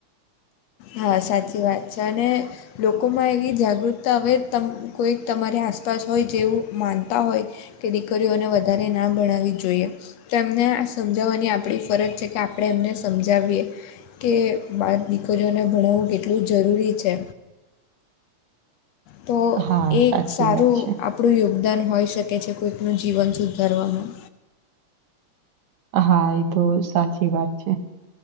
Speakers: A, on the left; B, on the right.
A: હા સાચી વાત છે અને લોકોમાં એવી જાગૃતા હવે તમ કોઈક તમારી આસપાસ હોય જેવું માનતા હોય તે દીકરીઓને વધારે ના ભણાવી જોઈએ તો એમને આ સમજાવાની આપણી ફરજ છે કે આપણે એમને સમજાવીએ કે બાર દીકરીઓને ભણાવું કેટલું જરૂરી છે તો
B: હા,
A: એ
B: સાચી
A: એક સારું
B: વાત છે.
A: આપણું યોગદાન હોઈ શકે છે કોઈકનું જીવન સુધારવામાં
B: હા એ તો સાચી વાત છે